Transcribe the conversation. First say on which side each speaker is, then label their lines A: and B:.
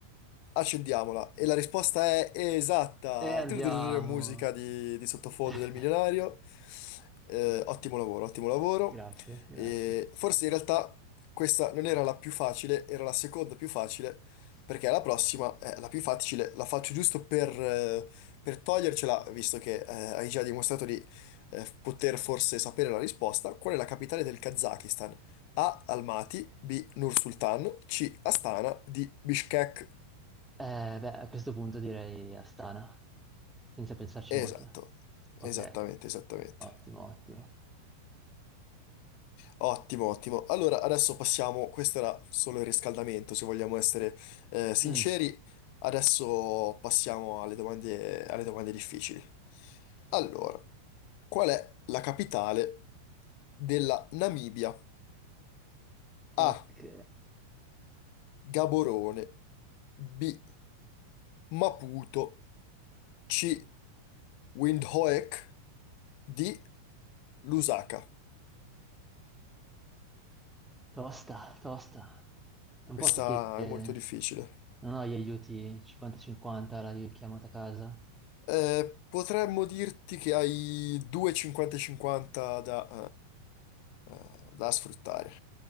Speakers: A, on the left; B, in the centre.
A: Accendiamola. E la risposta è esatta.
B: E andiamo.
A: Trrr, musica di, di sottofondo
B: <laughs>
A: del milionario. Eh, ottimo lavoro, ottimo lavoro.
B: Grazie, grazie.
A: E forse in realtà questa non era la più facile, era la seconda più facile, perché la prossima è la più facile, la faccio giusto per, eh, per togliercela, visto che eh, hai già dimostrato di eh, poter forse sapere la risposta. Qual è la capitale del Kazakistan? A. Almaty, B. Nur-Sultan, C. Astana, D. Bishkek.
B: Eh, beh, a questo punto direi Astana, senza pensarci
A: Esatto,
B: molto.
A: esattamente,
B: Ok,
A: esattamente.
B: ottimo, ottimo.
A: Ottimo, ottimo. Allora, adesso passiamo, questo era solo il riscaldamento, se vogliamo essere eh, sinceri.
B: Mm.
A: Adesso passiamo alle domande, alle domande difficili. Allora, qual è la capitale della Namibia?
B: Ok,
A: A. Gaborone. B. Maputo. C. Windhoek. D. Lusaka.
B: tosta, tosta. Non
A: Questa
B: posso chiedere,
A: è molto difficile.
B: non ho gli aiuti 50-50, la richiamata a casa.
A: Eh, potremmo dirti che hai due 50-50 da, eh, eh, da sfruttare.